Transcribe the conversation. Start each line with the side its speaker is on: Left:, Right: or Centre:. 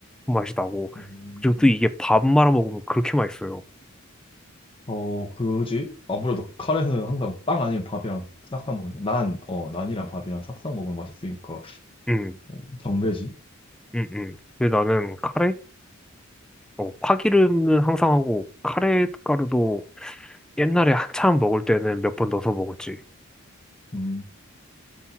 Centre: 맛이 나고
Left: 음,
Centre: 그리고 또 이게 밥 말아 먹으면 그렇게 맛있어요.
Left: 어, 그지? 아무래도 카레는 항상 빵 아니면 밥이랑 싹싸 먹으니까. 난, 어, 난이랑 밥이랑 싹싸 먹으면 맛있으니까.
Centre: 음.
Left: 어, 정배지?
Centre: 응, 응. 근데 나는 카레? 어, 파기름은 항상 하고, 카레 가루도 옛날에 한참 먹을 때는 몇 번 넣어서 먹었지.
Left: 음.